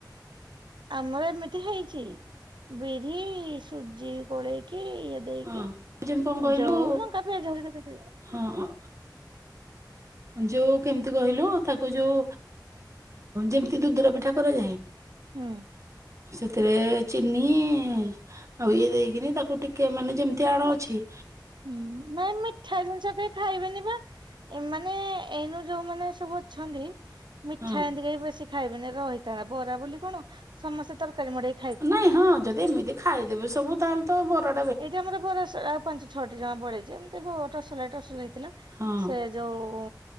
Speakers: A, on the right; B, on the right.
A: ଆମର ଏମିତି ହେଇଛି ବିରି ସୁଜି ଗୋଳେଇକି। ଦେଇକି
B: ହଁ ଯେମିତି କଣ କହିଲୁ
A: ଯଉ ଲଙ୍କା ପିଆ ଯାଉ <unintelligible>
B: ହଁ। ଯୋଉ କେମିତି କହିଲୁ ତାକୁ ଯୋଉ ଯେମିତି ଦୁଧୁର ପିଠା କରାଯାଏ।
A: ହୁଁ।
B: ସେଥିରେ ଚିନି ଆଉ ଇଏ ଦେଇକିନି ତାକୁ ଟିକେ ମାନେ ଯେମତି ଟାଣୁଛି
A: ନା ହୁଁ ନାଇଁ ମିଠା ଜିନିଷ କେହି ଖାଇବେନି ପା। ଏ ମାନେ ଏଇନୁ ଯୋଉମାନେସବୁ ଅଛନ୍ତି ମିଠା
B: ହଁ
A: ଏମିତିକେହିବେଶୀ ଖାଇବେନି ରାହିଥା ବରା ବୋଲି କଣ ସମସ୍ତେ ତରକାରୀ ମଡେଇ
B: ନାଇଁ ହଁ ଯଦି ଏମିତି ଖାଇଦେବେ ସବୁ ତାହାଲେ ତ ବରା
A: ଏଇଟା ଆମର ବରାଆଉ ପାଞ୍ଚ ଛଅଟି ଜମାବିଳିଛି ଏମତି ଟସଲା ଟସଲା ହେଇଥିଲା।
B: ହଁ
A: ସେ ଯୋଉ